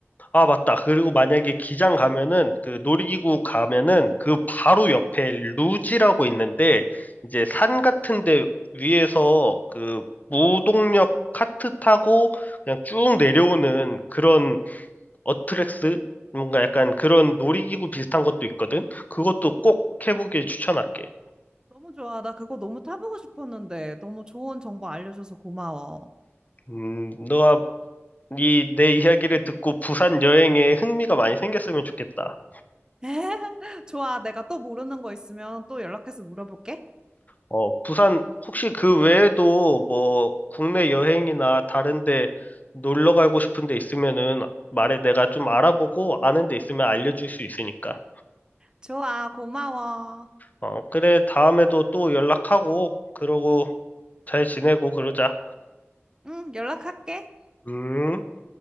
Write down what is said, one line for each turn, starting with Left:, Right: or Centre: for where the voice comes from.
Left: 아, 맞다. 그리고 만약에 기장 가면은, 그 놀이기구 가면은, 그 바로 옆에 루지라고 있는데, 이제 산 같은 데 위에서 그 무동력 카트 타고 그냥 쭉 내려오는 그런 어트렉스 뭔가 약간 그런 놀이기구 비슷한 것도 있거든. 그것도 꼭 해보길 추천할게.
Right: 너무 좋아. 나 그거 너무 타보고 싶었는데 너무 좋은 정보 알려줘서 고마워.
Left: 음, 너가 이 내 이야기를 듣고 부산 여행에 흥미가 많이 생겼으면 좋겠다.
Right: <laughs> 좋아. 내가 또 모르는 거 있으면 또 연락해서 물어볼게.
Left: 어, 부산 혹시 그 외에도 뭐 국내 여행이나 다른데 놀러 가고 싶은 데 있으면은 말해 내가 좀 알아보고 아는 데 있으면 알려줄 수 있으니까.
Right: 좋아. 고마워.
Left: 어, 그래 다음에도 또 연락하고 그러고 잘 지내고 그러자.
Right: 응, 연락할게.
Left: 음.